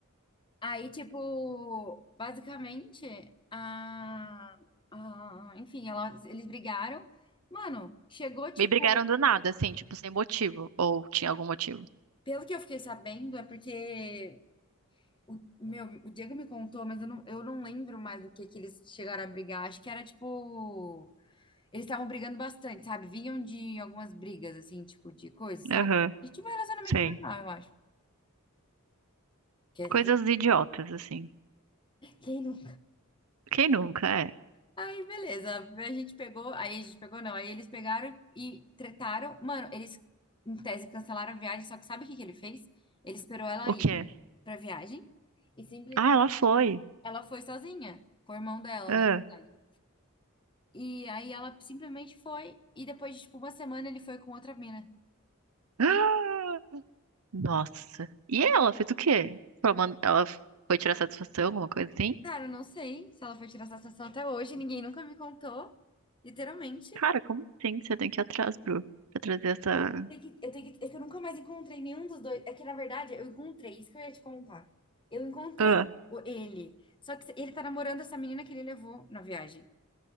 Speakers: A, on the left (about 25°); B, on the right (about 80°).
A: Aí, tipo, basicamente, a. a- enfim, ela- eles brigaram. Mano, chegou, tipo.
B: Me brigaram do nada, assim, tipo, sem motivo. Ou tinha algum motivo.
A: Pelo que eu fiquei sabendo, é porque o, meu, o Diego me contou, mas eu não, eu não lembro mais do que que eles chegaram a brigar. Acho que era tipo. Eles estavam brigando bastante, sabe? Vinham de algumas brigas, assim, tipo, de coisa, sabe?
B: Aham,
A: E tipo, relacionamento
B: sei.
A: normal, eu acho. Que, é,
B: Coisas
A: que,
B: idiotas, assim.
A: quem não?
B: Quem nunca é?
A: Aí, beleza. A gente pegou. Aí a gente pegou, não. Aí eles pegaram e tretaram. Mano, eles, em tese, cancelaram a viagem, só que sabe o que que ele fez? Ele esperou ela
B: O
A: ir
B: quê?
A: pra viagem. E simplesmente
B: Ah, ela foi.
A: Ela foi sozinha, com o irmão dela,
B: Ah.
A: né?
B: <gasps>
A: na verdade. E aí ela simplesmente foi, e depois de tipo uma semana ele foi com outra mina.
B: Ah! Nossa. E ela fez o quê? Ela man- ela foi tirar satisfação, alguma coisa assim?
A: Cara, eu não sei se ela foi tirar essa satisfação até hoje, ninguém nunca me contou, literalmente.
B: Cara, como assim você tem que ir atrás, Bru? Pra trazer essa.
A: Tem que- Eu tenho que, é que eu nunca mais encontrei nenhum dos dois. É que, na verdade, eu encontrei, isso que eu ia te contar. Eu encontrei
B: Ah.
A: o- ele. Só que ele tá namorando essa menina que ele levou na viagem.